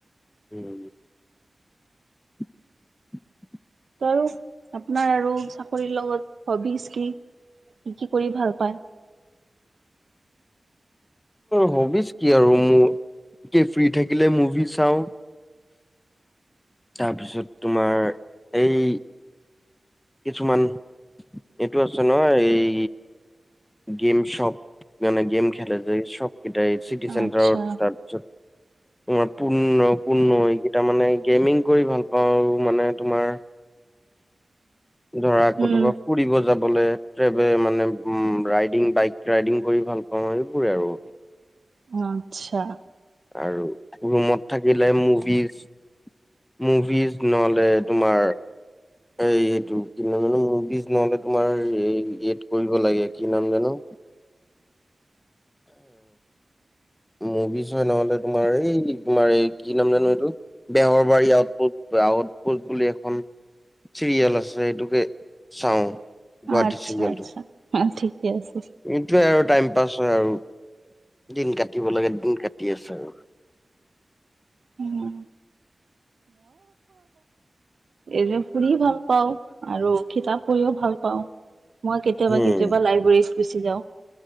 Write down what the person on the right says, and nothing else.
তাৰো আপোনাৰ আৰু চাকৰিৰ লগত হবিচ কি কি কি কৰি ভাল পায়
আচ্ছা
উম,
আচ্ছা।
আচ্ছা
আচ্ছা ঠিকে আছে।
উম এইৰে শুনি ভাল পাওঁ আৰু কিতাপ পঢ়িও ভাল পাওঁ মই কেতিয়াবা
কেতিয়াবা লাইব্ৰেৰীত গুচি যাওঁ